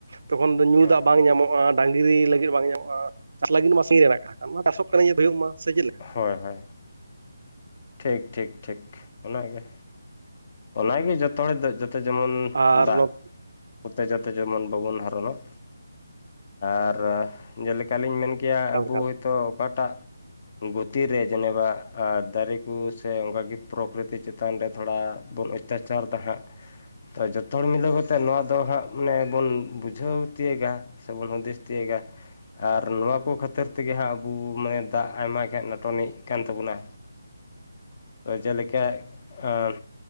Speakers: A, on the right; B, on the left.
A: ᱛᱚᱠᱷᱚᱱ ᱫᱚ ᱧᱩ
B: ᱦᱳᱭ
A: ᱫᱟᱜ ᱵᱟᱝ ᱧᱟᱢᱚᱜᱼᱟ ᱾ ᱰᱟᱝᱜᱨᱤ ᱞᱟᱹᱜᱤᱫ ᱵᱟᱝ ᱧᱟᱢᱚᱜᱼᱟ ᱥᱟᱜᱤᱧ ᱨᱮᱱᱟᱜᱟᱥ ᱦᱩᱭᱩᱜ ᱢᱟ ᱥᱮ ᱪᱮᱫ ᱞᱮᱠᱟ ᱾
B: ᱦᱳᱭᱻᱦᱳᱭ, ᱴᱷᱤᱠ ᱴᱷᱤᱠ ᱴᱷᱤᱠ ᱚᱱᱟᱜᱮ ᱚᱱᱟᱜᱮ ᱡᱚᱛᱚ ᱦᱚᱲ ᱫᱚ ᱛᱮ ᱡᱮᱢᱚᱱ
A: ᱟᱨ
B: ᱫᱟᱜ
A: ᱱᱚᱛᱮ
B: ᱠᱚᱛᱮ ᱡᱟᱛᱮ ᱡᱮᱢᱚᱱ ᱵᱟᱵᱚᱱ ᱦᱟᱨᱚᱱᱚᱜ ᱟᱨ ᱡᱮᱞᱮᱠᱟᱞᱤᱧ ᱢᱮᱱ ᱠᱮ- ᱠᱮᱭᱟ
A: ᱮᱠᱟᱞ
B: ᱟᱵᱚ ᱦᱳᱭᱛᱳ ᱚᱠᱟᱴᱟᱜ ᱜᱚᱛᱤᱨᱮ ᱡᱮᱱᱮᱵᱟ ᱟᱸ ᱫᱟᱨᱮ ᱠᱩ ᱥᱮ ᱚᱱᱠᱟᱜᱮ ᱯᱨᱚᱠᱨᱤᱛᱤ ᱪᱮᱛᱟᱱ ᱨᱮ ᱛᱷᱚᱲᱟ ᱵᱚᱱ ᱚᱛᱛᱟᱪᱟᱨ ᱛᱟᱦᱮᱸᱜ ᱛᱚ ᱡᱚᱛᱚ ᱦᱚᱲ ᱢᱤᱞᱟᱹᱣ ᱠᱟᱛᱮᱜ ᱱᱚᱣᱟ ᱫᱚ ᱦᱟᱸᱜ ᱢᱟᱱᱮ ᱵᱚᱱ ᱵᱩᱡᱷᱟᱹᱣ ᱛᱤᱭᱟᱹᱜᱟ ᱥᱮ ᱵᱚᱱ ᱦᱩᱫᱤᱥ ᱛᱤᱭᱟᱹᱜᱟ ᱟᱨ ᱱᱚᱣᱟ ᱠᱚ ᱠᱷᱟᱹᱛᱤᱨ ᱛᱮᱜᱮ ᱦᱟᱸᱜ ᱟᱵᱚ ᱢᱟᱱᱮ ᱫᱟᱜ ᱟᱭᱢᱟ ᱜᱮ ᱱᱟᱴᱚᱱᱤᱡ ᱦᱮᱡ ᱠᱟᱱ ᱛᱟᱵᱚᱱᱟ ᱡᱮᱞᱮᱠᱟ ᱮᱸ